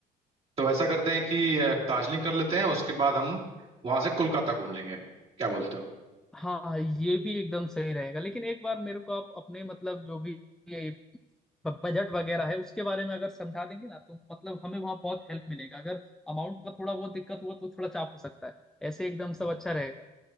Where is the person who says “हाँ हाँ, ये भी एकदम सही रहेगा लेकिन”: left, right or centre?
Centre